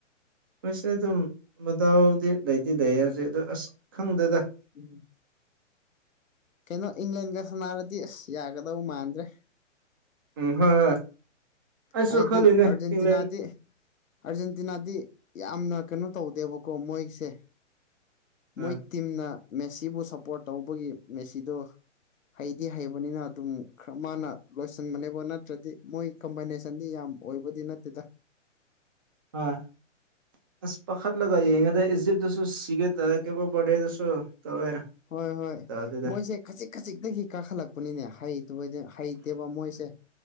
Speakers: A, on the right; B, on the left.
A: ꯑꯩꯣꯏꯁꯦ ꯑꯗꯨꯝ ꯃꯗꯥꯎꯗꯤ ꯂꯩꯗꯤ ꯂꯩꯌꯦ ꯍꯧꯖꯤꯛ ꯑꯗ ꯑꯁ ꯈꯪꯗꯦꯗ
B: ꯎꯝ ꯀꯩꯅꯣ ꯏꯪꯂꯦꯟꯒ ꯁꯥꯟꯅꯥꯔꯗꯤ ꯑꯁ ꯌꯥꯒꯗꯧ ꯃꯥꯟꯗ꯭ꯔꯦ
A: ꯎꯝ ꯍꯣꯏ ꯍꯣꯏ ꯑꯩꯁꯨ
B: ꯍꯥꯏꯗꯤ
A: ꯈꯜꯂꯤꯅꯦ
B: ꯑꯔꯖꯦꯟꯇꯤꯅꯥꯗꯤ
A: ꯏꯪꯂꯦꯟ
B: ꯑꯥꯔꯖꯦꯟꯇꯤꯅꯥꯗꯤ ꯌꯥꯝꯅ ꯀꯩꯅꯣ ꯇꯧꯗꯦꯕꯀꯣ ꯃꯣꯏꯁꯦ
A: ꯎꯝ
B: ꯃꯣꯏ ꯇꯤꯝꯅ ꯃꯦꯁꯤꯕꯨ ꯁꯞꯄꯣꯔꯠ ꯇꯧꯕꯒꯤ ꯃꯦꯁꯤꯗꯨ ꯍꯩꯗꯤ ꯍꯩꯕꯅꯤꯅ ꯑꯗꯨꯝ ꯈꯔ ꯃꯥꯅ ꯂꯣꯏꯁꯤꯟꯕꯅꯦꯕ ꯅꯠꯇ꯭ꯔꯗꯤ ꯃꯣꯏ ꯀꯝꯕꯥꯏꯅꯦꯁꯟ ꯁꯟꯗꯤ ꯌꯥꯝ ꯑꯣꯏꯕꯗꯤ ꯅꯠꯇꯦꯗ
A: ꯍꯣꯏ ꯑꯁ ꯄꯥꯠ ꯂꯒꯉꯗ ꯏꯖꯤꯞꯗꯁꯨꯣ ꯁꯤꯒꯦ ꯇ ꯀꯦꯕꯨꯣꯔꯦꯗꯁꯨꯣ ꯇꯧꯋꯦ
B: ꯍꯣꯏ ꯍꯣꯏ
A: ꯇꯥꯗꯦꯗ
B: ꯃꯣꯏꯁꯦ ꯈꯖꯤꯛ ꯈꯖꯤꯛꯇꯒꯤ ꯀꯥꯈꯠꯂꯛꯄꯅꯤꯅꯦ ꯍꯩꯇ ꯍꯩꯇꯦꯕ ꯃꯣꯏꯁꯦ